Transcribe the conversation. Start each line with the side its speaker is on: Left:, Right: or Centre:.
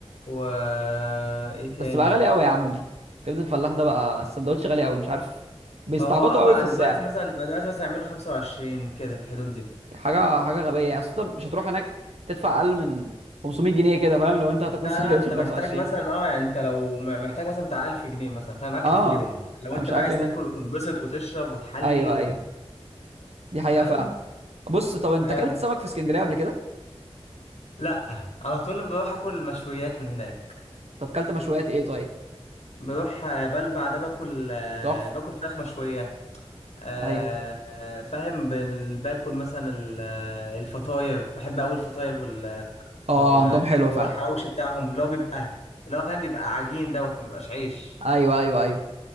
Left: و آه، ايه تاني
Right: بس بقى غالي قوي يا عم كبده الفلاح ده بقى السندوتش غالي قوي مش عارف بيستعبطوا
Left: هو اه بقى
Right: قوي في السعر
Left: دلوقتي مثلا بقى دلوقتي مثلا يعملوا 25 كده في الحدود دي
Right: حاجه حاجه غبيه يعني اصل انت مش هتروح هناك تدفع اقل من 500 جنيه كده فاهم لو انت هتاكل
Left: لا
Right: <laughs> السندوتش
Left: لا انت
Right: ب
Left: محتاج
Right: 25
Left: مثلا اه يعني انت لو م- محتاج مثلا بتاع 1000 جنيه مثلا فاهم اكل
Right: اه
Left: في اليوم لو
Right: انا
Left: انت
Right: مش
Left: بقى
Right: عارف
Left: عايز
Right: ايه ده
Left: تاكل وتنبسط وتشرب وتحلي
Right: ايوه
Left: وتح...
Right: ايوه دي حقيقه
Left: فاهم
Right: فعلا بص طب انت
Left: آه
Right: اكلت سمك في اسكندريه قبل كده
Left: لا على طول بروح اكل مشويات من هناك
Right: طب اكلت مشويات ايه طيب
Left: بروح آه، بلبع ده باكل آه،
Right: تحفه
Left: باكل فراخ مشوية آه،
Right: ايوه
Left: آه، فاهم بال- باكل مثلا ال- آه، الفطاير بحب أوي الفطاير وال
Right: اه
Left: و-
Right: عندهم حلوه فعلا
Left: والحواوشي بتاعهم اللي هو بيبقى اللي هو فاهم بيبقى عجين دوت ما بيبقاش عيش
Right: ايوه ايوه ايوه